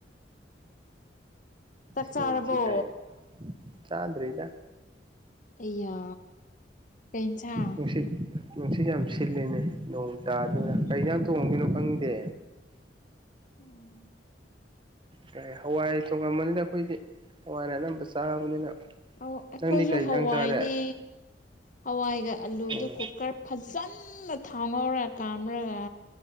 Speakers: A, on the left; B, on the right.
A: ꯆꯥꯛ
B: ꯁꯦꯡꯁꯤ
A: ꯆꯥꯔꯕꯣ
B: ꯀꯥꯏꯅ ꯆꯥꯗ꯭ꯔꯤꯗ
A: ꯑꯌꯥ ꯀꯁꯥꯡ
B: ꯅꯨꯡꯁꯤꯠ ꯅꯨꯡꯁꯤꯠ ꯌꯥꯝ ꯁꯤꯂꯦꯅꯦ ꯅꯣꯡ ꯆꯥꯗꯅ
A: ꯎꯝ
B: ꯀꯩꯁ ꯊꯣꯡꯉꯗꯣꯏꯅꯣ ꯈꯪꯗꯦ
A: ꯑꯣ
B: ꯀ ꯍꯋꯥꯏ ꯊꯣꯡꯉꯝꯕꯅꯤꯅ ꯑꯩꯈꯣꯏꯗꯤ ꯍꯋꯥꯏꯅ ꯑꯅꯝꯕ ꯆꯥꯕꯅꯤꯅ
A: ꯑ ꯑꯩꯈꯣꯏꯁꯨ
B: ꯅꯪꯗꯤ ꯀꯩ
A: ꯍꯋꯥꯏꯅꯦ
B: ꯏꯟꯖꯥꯡ ꯆꯥꯔꯦ
A: ꯍꯋꯥꯏꯒ ꯑꯂꯨꯗ
B: ꯎꯝ
A: ꯀꯨꯀꯔ ꯐ ꯆꯅ ꯊꯥꯎꯍꯧꯔ ꯀꯥꯝꯔꯒ